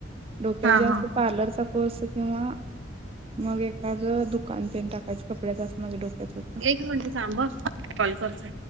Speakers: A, on the right (about 30°); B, on the right (about 80°).
A: डोक्यात
B: हा
A: जास्त
B: हा हा
A: पार्लरचा पोर्स किंवा मग एखादं दुकानत टाकायचं कपड्याच असं माझ्या डोक्यात होत
B: म्हणजे सांब कॉलसचं